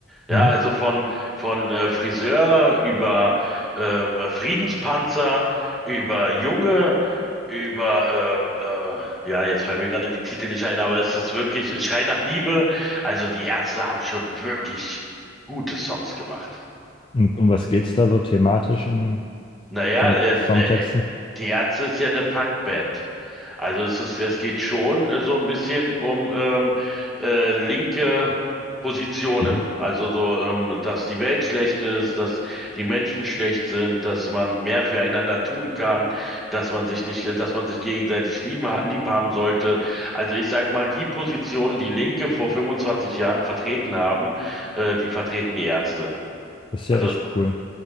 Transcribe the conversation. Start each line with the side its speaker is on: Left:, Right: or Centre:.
Centre: Ja,
Left: Mhm.
Centre: also von, von äh, Friseur über ähm, Friedenspanzer, über Junge, über, ähm, äh, ja, jetzt fallen mir gerade die Titel nicht ein, aber es ist wirklich Schrei nach Liebe. Also die Ärzte haben schon wirklich gute Songs gemacht.
Left: Und um was geht's da so thematisch in
Centre: Naja,
Left: den
Centre: äh,
Left: Songtexten?
Centre: ne, äh, die Ärzte ist ja eine Punkband. Also es ist, es geht schon äh, so ein bisschen um ähm, äh, linke Positionen.
Left: Mhm.
Centre: Also so, ähm, dass die Welt schlecht ist, dass die Menschen schlecht sind, dass man mehr füreinander tun kann, dass man sich nicht, äh, dass man sich gegenseitig lieben, ha- lieb haben sollte. Also ich sag mal, die Positionen, die Linke vor 25 Jahren vertreten haben, äh, die vertreten die Ärzte.
Left: Das ist
Centre: Also
Left: ja echt cool.